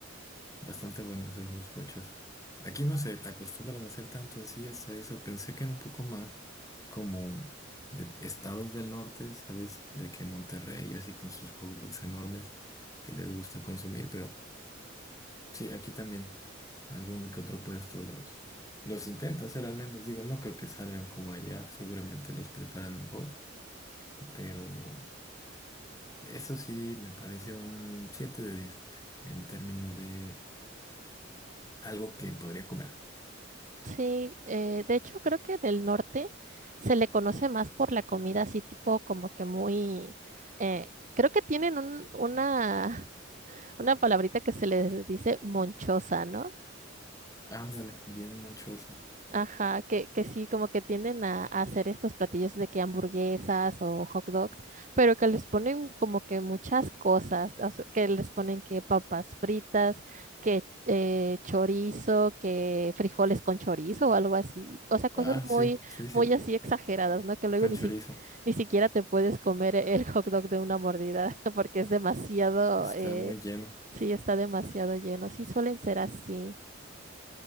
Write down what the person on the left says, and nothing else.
Bastante buenos esos cochos. Aquí no se acostumbran a hacer tanto así, hasta eso. Pensé que era un poco más como de estados del norte, ¿sabes? De que Monterrey, así con sus hot dogs enormes que les gusta consumir, pero. Sí, aquí también algún que otro puesto los, los intenta hacer al menos. Digo, no creo que salgan como allá, seguramente los preparan mejor, pero eso sí me parece un 7 de 10 en términos de algo que podría comer.
Ándale, bien manchoso.
Ah,
sí, sí, sí,
con
chorizo.
Está
muy lleno.